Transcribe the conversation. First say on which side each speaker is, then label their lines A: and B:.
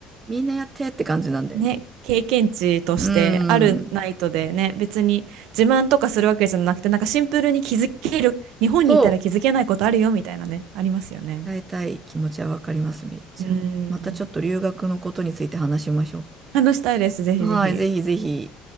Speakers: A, on the right; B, on the right.
A: みんなやってって感じなんで。
B: ね、経験値としてあるナイトでね、
A: うん、
B: 別に自慢とかするわけじゃなくて、なんかシンプルに気づける、日本にいたら気づけないことあるよみたいなね、
A: そ
B: ありますよね。
A: う、伝えたい気持ちはわかります、めっちゃ。
B: うん。
A: またちょっと留学のことについて話しましょ
B: 話したいです、ぜひぜひ。
A: う。はい、ぜひぜひ。